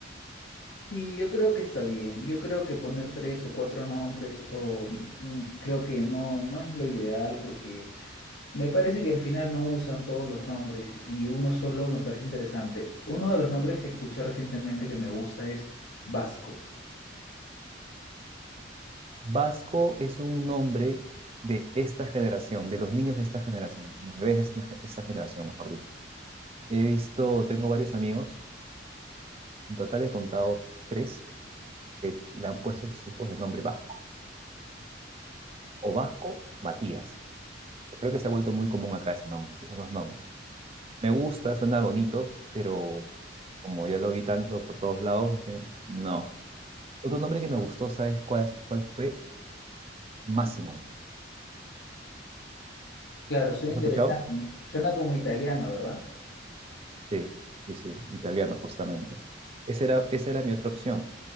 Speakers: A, on the left; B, on the right.
A: Sí, yo creo que está bien. Yo creo que poner tres o cuatro nombres o mm, creo que no, no es lo ideal porque Me parece que al final no usan todos los nombres y uno solo me parece interesante. Uno de los nombres que escuché recientemente que me gusta es Vasco.
B: Vasco es un nombre de esta generación, de los niños de esta generación, los bebés de esta, de esta generación, mejor dicho. He visto, tengo varios amigos, en total he contado tres que le han puesto a sus hijos el nombre Vasco, o Vasco Matías. Creo que se ha vuelto muy común acá ese nombre, esos dos nombres. Me gusta, suena bonito, pero como ya lo vi tanto por todos lados, dije, no. Otro nombre que me gustó, ¿sabes cuál, cuál fue? Máximo.
A: Claro, suena
B: ¿Has
A: interesante.
B: escuchado?
A: ¿eh? Suena como italiano, ¿verdad?
B: Sí, sí, sí, italiano justamente. Esa era, esa era mi otra opción,